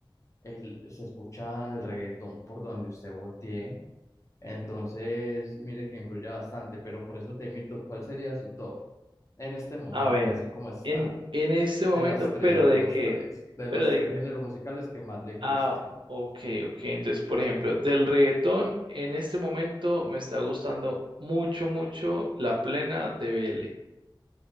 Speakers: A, on the left; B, on the right.
A: el, se escucha el reggaetón por donde usted voltee. Entonces, mire que influye bastante, pero por eso te invito, ¿cuál sería su top en este momento,
B: A ver,
A: así como está?
B: en, en este momento,
A: De las tres,
B: pero de
A: de los
B: qué,
A: tres, de
B: pero
A: los
B: de,
A: tres géneros musicales que más le gusten.
B: ah, ok, ok. Entonces, por ejemplo, del reggaetón, en este momento me está gustando mucho, mucho la plena de B. L.